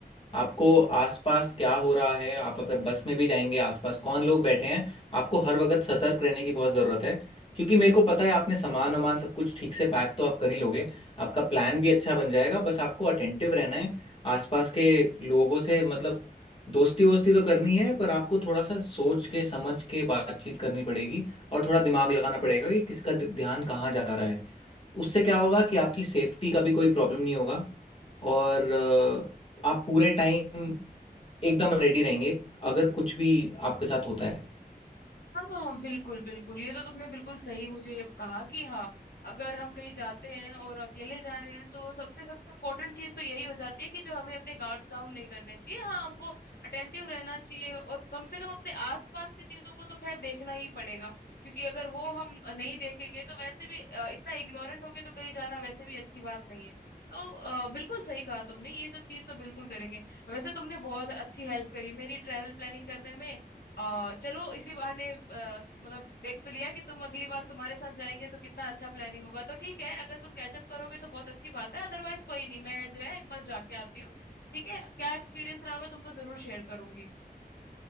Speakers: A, on the left (about 35°); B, on the left (about 75°).
A: आपको आसपास क्या हो रहा है आप अगर बस में भी जाएंगे आसपास कौन लोग बैठे हैं आपको हर वक्त सतर्क रहने की बहुत ज़रूरत है क्योंकि मेरे को पता है आपने सामान वामान सब कुछ ठीक से पैक तो आप कर ही लोगे आपका प्लान भी अच्छा बन जाएगा बस आपको अटेंटिव रहना है आसपास के लोगों से मतलब दोस्ती वोस्ती तो करनी है पर आपको थोड़ा सा सोच के समझ के बातचीत करनी पड़ेगी और थोड़ा दिमाग लगाना पड़ेगा कि किसका ध- ध्यान कहाँ जा रहा है उससे क्या होगा कि आपकी सेफ्टी का भी कोई प्रॉब्लम नहीं होगा और अ, आप पूरे टाइम एकदम रेडी रहेंगे अगर कुछ भी आपके साथ होता है
B: हाँ हाँ बिल्कुल बिल्कुल ये तो तुमने बिल्कुल सही मुझे कहा कि हाँ अगर हम कहीं जाते हैं और अकेले जा रहे हैं तो सबसे सबसे इम्पोर्टेंट चीज तो यही हो जाती है कि जो हमें अपने गार्ड्स डाउन नहीं करने चाहिए हाँ हमको अटेंटिव रहना चाहिए और कम से कम अपने आसपास की चीजों को तो खैर देखना ही पड़ेगा क्योंकि अगर वो हम नहीं देखेंगे तो वैसे भी अ, इतना इग्नोरेंट होके तो कहीं जाना वैसे भी अच्छी बात नहीं है तो अ, बिल्कुल सही कहा तुमने ये सब चीज तो बिल्कुल करेंगे वैसे तुमने बहुत अच्छी हेल्प करी मेरी ट्रेवल प्लानिंग करने में आ, चलो इसी बहाने अ, मतलब देख तो लिया कि तुम अगली बार तुम्हारे साथ जाएंगे तो कितना अच्छा प्लानिंग होगा तो ठीक है अगर तुम कैचअप करोगे तो बहुत अच्छी बात है अदरवाइज कोई नहीं मैं जो है एक बार जाके आती हूँ ठीक है क्या एक्सपीरियंस रहा मैं तुमको जरूर शेयर करूंगी